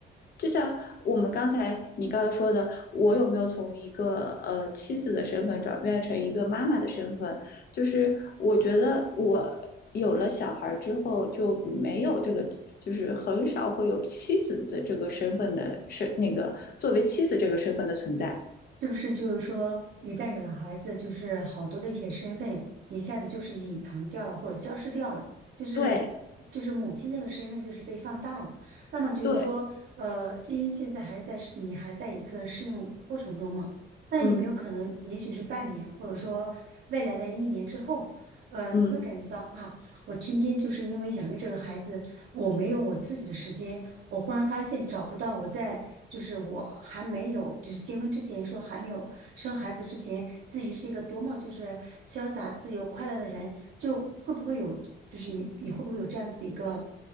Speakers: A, on the left; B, on the right.
A: 就像我们刚才你刚才说的，我有没有从一个呃妻子的身份转变成一个妈妈的身份？就是我觉得我有了小孩儿之后就没有这个，就是很少会有妻子的这个身份的身那个作为妻子这个身份的存在。
B: 是不是就是说，一旦有了孩子，就是好多的一些身份一下子就是隐藏掉了，或者消失掉了，就是就是母亲这个身份就是被放大了。
A: 对
B: 那么就是说，
A: 对，
B: 呃，因为现在还是在适你还在一个适应过程中嘛，那有没有可能，
A: 嗯
B: 也许是半年，或者说未来的一年之后，呃，
A: 嗯
B: 你会感觉到啊，我天天就是因为养育这个孩子。我没有我自己的时间，我忽然发现找不到我在，就是我还没有，就是结婚之前说还没有生孩子之前，自己是一个多么就是潇洒、自由、快乐的人，就会不会有，就是你你会不会有这样子的一个，